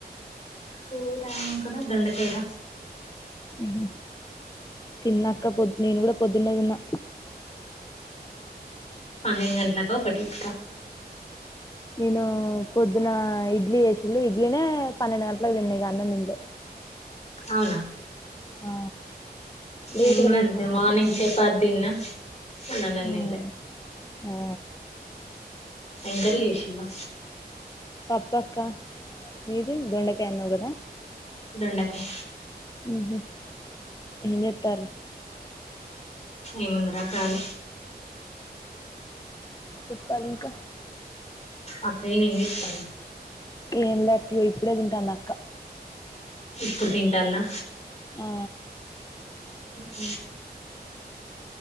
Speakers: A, on the left (about 40°); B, on the left (about 20°).
A: కూర ఎం కూర దొండకాయి రా
B: అ తిన్నాక్క పొద్దు నేను కూడా పొద్దున్నే తిన్నా
A: పన్నెండు గంటల్లకో ఒకటిటిక
B: నేను పొద్దున ఇడ్లీ చేసిళ్ళు ఇడ్లీనే పన్నెండు గంటలకు తిన్న ఇగ అన్నం తినలే
A: అవునా
B: ఆ
A: నేనుకూడ
B: లేటుగా లేసిన
A: అంతే
B: అన్నట్టు
A: మార్నింగ్ చపాతి తిన్న కాని అన్నం తినలే
B: ఉమ్ ఆ
A: ఎం కర్రీ చేసిళ్ళు
B: పప్పు బ అక్క మీది దొండకాయ అన్నావ్ కదా
A: దొండకాయి
B: ఉహు ఎమ్జెత్తర్రు
A: ఏముందిరా కాలి
B: చెప్పలి ఇంక
A: అక్కగిన ఎంజెత్తలు
B: ఏం లే అక్క ఇగో ఇప్పుడే తింటంది అక్క
A: ఇప్పుడు తింటాందా
B: ఆ
A: అక